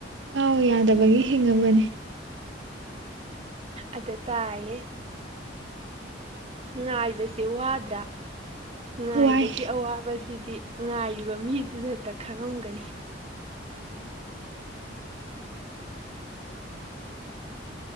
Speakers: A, on the right; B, on the right.
A: ꯉꯥꯎ ꯌꯥꯗꯕꯒꯤ ꯍꯤꯡꯉꯕꯅꯤ
B: ꯑꯗꯨ ꯇꯥꯏꯍꯦ ꯉꯥꯏꯕꯁꯦ ꯋꯥꯗ꯭ꯔꯥ ꯉꯥꯏꯕꯒꯤ
A: ꯋꯥꯏ
B: ꯑꯋꯥꯕꯁꯤꯗꯤ ꯉꯥꯏꯔꯤꯕ ꯃꯤꯗꯨꯗꯛꯇ ꯈꯪꯉꯝꯒꯅꯤ